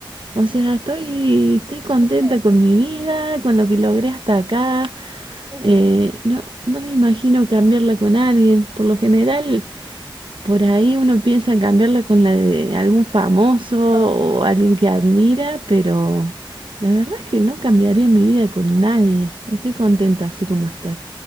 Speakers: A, on the right; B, on the right.
A: O sea, estoy, estoy contenta
B: Ok.
A: con mi vida, con lo que logré hasta acá.
B: Ujú,
A: Eh, no, no me imagino cambiarla con alguien. Por lo general, Por ahí uno piensa en cambiarla con la de algún famoso
B: ujú.
A: o alguien que admira, pero la verdad es que no cambiaría mi vida con nadie. Estoy contenta así como estoy.